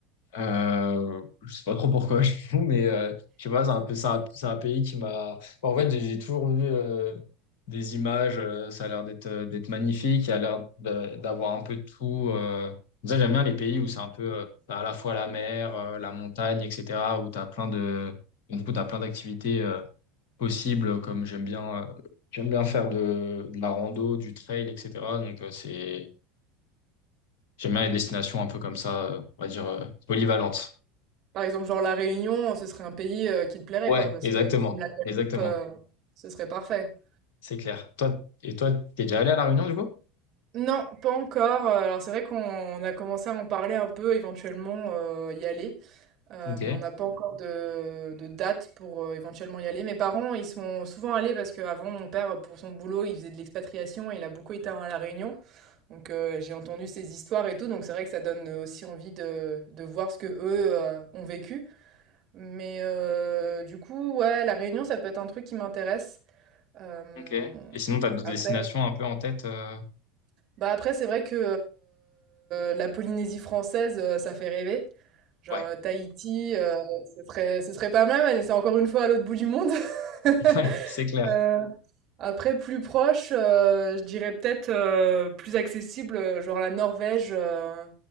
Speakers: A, on the left; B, on the right.
A: Euh, je sais pas trop pourquoi, <laughs> je t'avoue, mais euh, je sais pas, c'est un peu, c'est un, c'est un pays qui m'a. En fait, j'ai j'ai toujours vu euh, des images. euh, ça a l'air d'être euh, d'être magnifique. Il y a l'air de- d'avoir un peu de tout. Euh... Ça, j'aime bien les pays où c'est un peu euh, t'as à la fois la mer, euh, la montagne, etc. Où t'as plein de, du coup, t'as plein d'activités. euh, possible, comme j'aime bien, euh, j'aime bien faire de, de la rando, du trail, etc. Donc, euh, c'est, j'aime bien les destinations un peu comme ça, euh, on va dire, euh, polyvalentes.
B: Par exemple, genre La Réunion, ce serait un pays, heu, qui te plairait
A: Ouais,
B: quoi? Parce
A: exactement,
B: que même la Guadeloupe,
A: exactement,
B: heu, ce serait parfait.
A: c'est clair. Toi, et toi, t'es déjà allé à La Réunion, du coup?
B: Non, pas encore, heu, alors c'est vrai qu'on on a commencé à en parler un peu, éventuellement, heu, y aller, heu,
A: Ok,
B: mais on n'a pas encore de de date pour, heu, éventuellement y aller. Mes parents, ils sont souvent allés parce qu'avant mon père, pour son boulot, il faisait de l'expatriation et il a beaucoup été à La Réunion, donc heu, j'ai entendu ces histoires et tout, donc c'est vrai que ça donne, aussi envie de de voir ce qu'eux, heu, ont vécu, mais heu, du coup, ouais, La Réunion, ça peut être un truc qui m'intéresse, hem,
A: ok. Et sinon, t'as d'autres
B: après
A: destinations un peu en tête? euh,
B: bah, après, c'est vrai que, heu, la Polynésie française, heu, ça fait rêver. Genre,
A: Ouais,
B: heu, Tahiti, heu, ce serait ce serait pas mal, mais c'est encore une fois à l'autre bout du monde. <laughs>
A: <laughs> ouais, c'est clair.
B: Heu, après plus proche, heu, je dirais peut-être, heu, plus accessible, heu, genre la Norvège, heu,